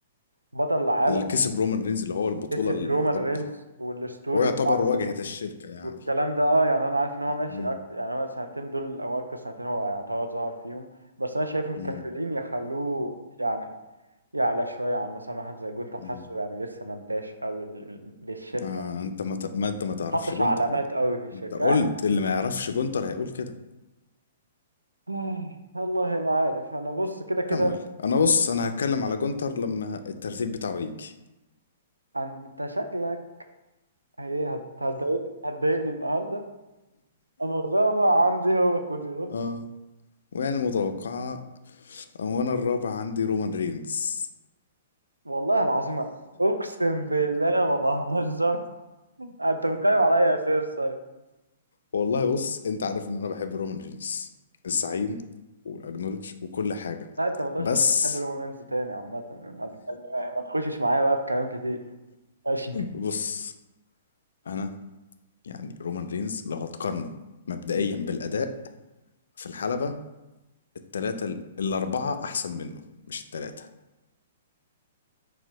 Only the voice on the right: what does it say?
بطل العالم
كسب
رومان رينز والستوري
بتاعته
والكلام ده اه يعني انا عارف ان هو ماشي
أكتر يعني هو السنتين دول او اكتر سنتين هو يعتبر ظهر فيهم بس انا شايف الكافلين
يخلوه يعني يعلى شويه عن مثلا واحد زي جولت حاسه
يعني لسه ما اداش قوي لل- لل- للشركه
ما حطش
علامات
قوي في الشركه
<sighs>
آه، والله ما عارف انا بص كده كده
انت شكلك هي هت- هتضايق هتضايقني النهارده انا الرابع عندي هو كودي رودز
والله العظيم اقسم بالله ما بهزر آه، انت بتتكلم على اي اساس طيب
لا انت ما تقولش
انك بتحب الرومانس تاني عامة يعني ما تتكلم ما تخشش معايا بقى في كلام كتير ماشي